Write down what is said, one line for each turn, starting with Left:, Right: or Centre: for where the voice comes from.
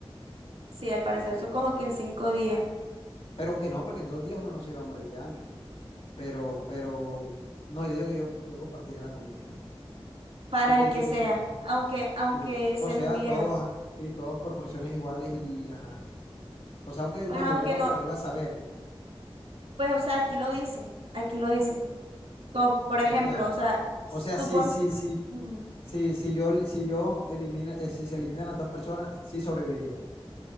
Right: Sí, al parecer
Left: pescar.
Right: eso como que en cinco días,
Left: Pero aunque no, porque en dos días uno no se iba a morir de hambre. Pero, pero, no, yo digo que yo, yo compartiría la comida.
Right: para
Left: ¿Tú
Right: el
Left: qué
Right: que
Left: tú
Right: sea,
Left: quisieras?
Right: aunque, aunque
Left: Sí.
Right: se
Left: O sea,
Right: murieran.
Left: todos, ajá, sí, todos por porciones iguales y ajá. O sea, aunque
Right: pues,
Left: me
Right: aunque
Left: muriera no,
Right: no,
Left: porque no iba a saber.
Right: pues, o sea, aquí lo dicen, aquí lo dicen. Como, por ejemplo,
Left: O sea.
Right: o sea, supon,
Left: O sea, sí, sí, sí.
Right: ujú,
Left: Si, si yo, si yo elimina, eh, si se eliminan las dos personas, sí sobreviviríamos.